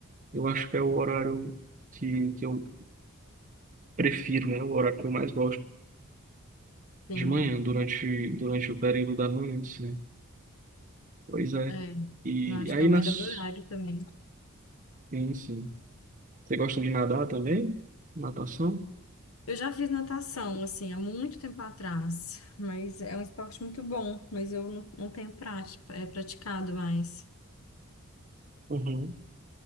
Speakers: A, on the right; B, on the left.
A: Eu acho que é o horário que, que eu prefiro, né? O horário que eu mais gosto
B: sim.
A: de manhã, durante, durante o período da manhã, né? Pois é.
B: É.
A: E
B: Não, acho
A: aí
B: que é o
A: nas.
B: melhor horário também.
A: Sim, sim. Você gosta de nadar também? Natação?
B: Eu já fiz natação, assim, há muito tempo atrás, mas é um esporte muito bom, mas eu não, não tenho prática, é praticado mais.
A: Uhum.